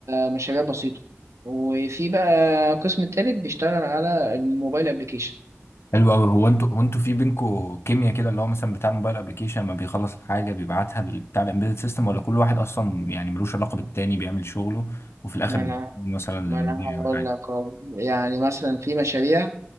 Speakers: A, on the right (about 85°); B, on the left (about 60°).
A: مشاريع بسيطة وفي بقى قسم التالت بيشتغل على الموبايل ابلكيشن
B: حلو قوي هو انتوا هو انتوا في بينكوا كيمياء كده اللي هو مثلا بتاع الموبايل ابلكيشن لما بيخلص الحاجه بيبعتها بتاع الامبيدد سيستم ولا كل واحد اصلا يعني ملوش علاقه بالتاني بيعمل شغله وفي الاخر
A: ما
B: بيكون
A: انا
B: مثلا
A: ما
B: المدير
A: انا هقول
B: او
A: لك أهو. يعني مثلا في مشاريع